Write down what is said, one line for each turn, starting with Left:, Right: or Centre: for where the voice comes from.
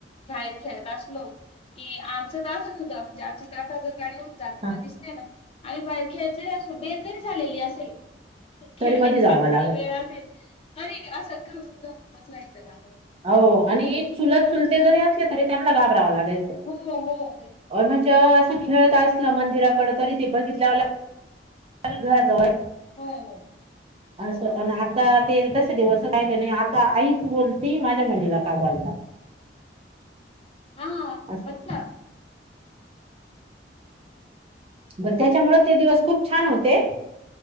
Left: बाहेर खेळत असलो- की आमचं तर असंच होतं म्हणजे आमचे काका जर गाडीवरून जाताना
Right: हा
Left: दिसले ना - आणि बाहेर खेळत जरी असू, बेल जरी झालेली असेल- खेळायचा
Right: तरी मधी जावं
Left: जरी
Right: लागत
Left: वेळ असेल तरी असं घाबरून घाबरूनच राहायचं काम होतं.
Right: हो आणि चुलत चुलते जरी असले तरी त्यांना घाबरावं लागायचं.
Left: हो हो हो.
Right: म्हणजे असं खेळत असलं मंदिराकड तरी ते बघितल्या घराजवळ
Left: हो हो
Right: अस होणार.
Left: हो
Right: आ ते तसे दिवस राहिले नाही आता आईच बोलती माझ्या मुलीला का बोलता.
Left: हा
Right: असं.
Left: बघता
Right: व त्याच्यामुळे ते दिवस खूप छान होते